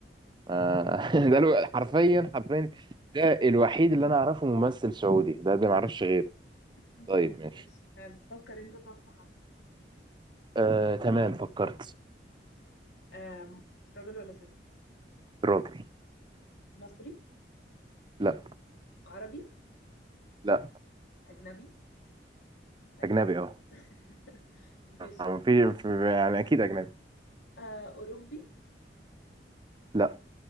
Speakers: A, on the right; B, on the left.
A: آه، <laughs> ده الو- حرفيا حرفيا ده الوحيد اللي انا اعرفه ممثل سعودي ده ده ما اعرفش غيره
B: <laughs>
A: طيب ماشي
B: ماشي حلو فكر انت طب في حد
A: آه تمام فكرت
B: آم، راجل ولا ست
A: راجل
B: مصري
A: لا
B: عربي
A: لا
B: أجنبي أكيد
A: اجنبي اه
B: <laughs> ماشي
A: يعني في في- يعني اكيد اجنبي
B: آه، أوروبي
A: لا